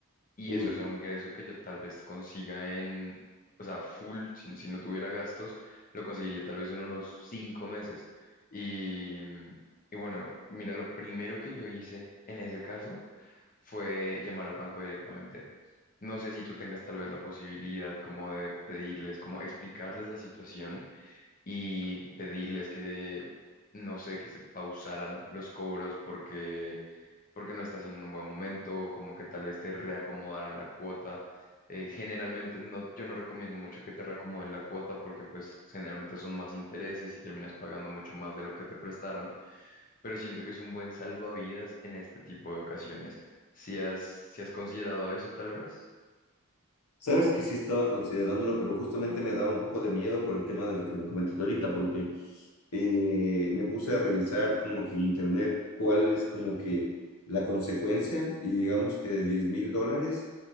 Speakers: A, on the left; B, on the left.
A: Y
B: Uy.
A: eso es un ingreso que yo tal vez consiga en, o sea, full, si, si no tuviera gastos, lo conseguiría tal vez en unos cinco meses. Y, mm, y bueno, mira, lo primero que yo hice en ese caso fue llamar al banco directamente. No sé si tú tengas tal vez la posibilidad como de pedirles, como explicarles la situación y pedirles que, no sé, que se pausaran los cobros porque porque no estás en un buen momento, como que tal vez te reacomodarán la cuota. Eh, generalmente no, yo no recomiendo mucho que te reacomoden la cuota porque pues generalmente son más intereses y terminas pagando mucho más de lo que te prestaron, pero siento que es un buen salvavidas en este tipo de ocasiones. Si has, si has considerado eso tal vez.
B: Sabes que sí estaba considerándolo, pero justamente me daba un poco de miedo por el tema de lo que me comentas ahorita, porque eh, me puse a revisar como que en internet cuál es como que la consecuencia y digamos que de diez mil dólares